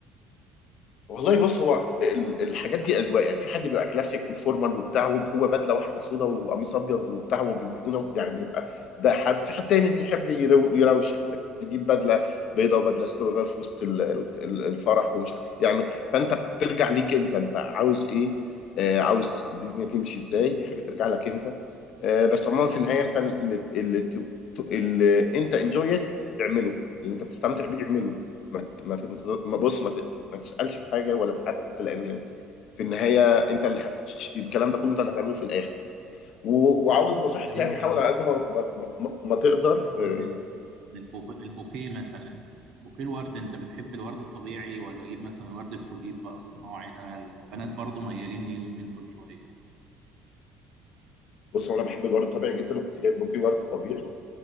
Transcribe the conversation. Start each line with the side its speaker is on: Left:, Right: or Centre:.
Left: والله بص هو ال- الحاجات دي اذواق يعني في حد بيبقى كلاسيك وفورمال وبتاع وهو بدله واحده سودا وقميص ابيض وبتاع وبيونه يعني بيبقى ده حد في حد تاني بيحب يرو- يروشن فيجيب بدله بيضاء وبدله سودا ويغير في وسط ال- ال- ال- الفرح ومش عارف يعمل فانت بترجع ليك انت انت عاوز ايه آه عاوز الدنيا تمشي ازاي دي حاجه ترجع لك انت آه بس عموما في النهايه انت اللي, اللي, ت- ت- اللي انت انجويت اعمله اللي انت بتستمتع بيه اعمله ما ت- ما ت- ما- بص ما ما تسألش في حاجة ولا في حد لأن في النهاية أنت اللي هت... الكلام ده كله أنت اللي هتعمله في الآخر و... وعاوز نصيحتي يعني
Right: مثلا
Left: حاول على قد ما ما, ما... ما ما
Right: لو
Left: تقدر
Right: هنتكلم
Left: في
Right: عن ال- عن البوف- البوكيه مثلا بوكيه الورد انت بتحب الورد الطبيعي ولا اجيب مثلا ورد التوليب بقى الصناعي ده البنات برضو ميالين ليه اليومين دول شويه
Left: بص هو أنا بحب الورد الطبيعي جدا وكنت جايب بوكيه ورد طبيعي